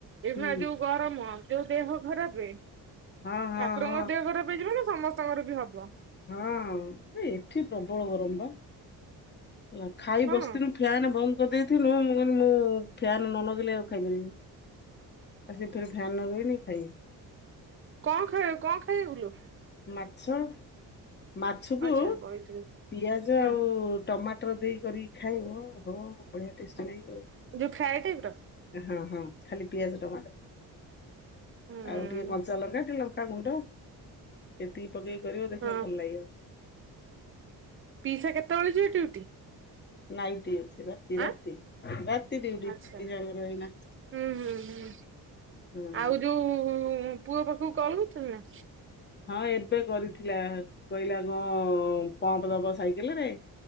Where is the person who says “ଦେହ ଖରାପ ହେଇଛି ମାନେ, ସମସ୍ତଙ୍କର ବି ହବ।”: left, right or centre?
Right